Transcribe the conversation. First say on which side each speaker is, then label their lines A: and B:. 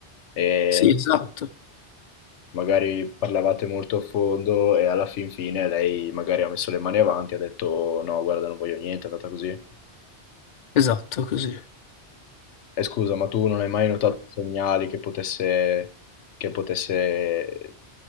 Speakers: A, on the left; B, on the left.
A: E
B: Sì, esatto,
A: magari parlavate molto a fondo e alla fin fine lei magari ha messo le mani avanti e ha detto no, guarda, non voglio niente, è andata così.
B: esatto, così.
A: E scusa, ma tu non hai mai notato segnali che potesse, che potesse eh,